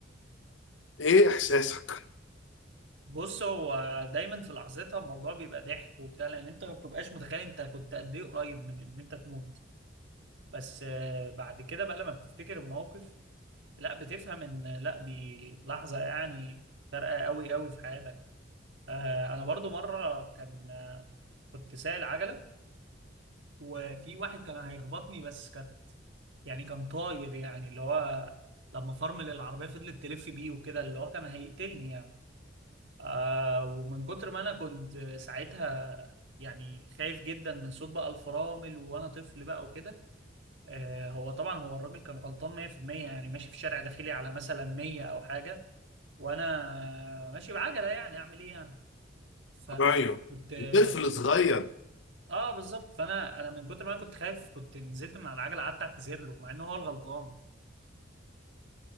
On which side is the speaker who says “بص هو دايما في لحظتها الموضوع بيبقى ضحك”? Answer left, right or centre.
Right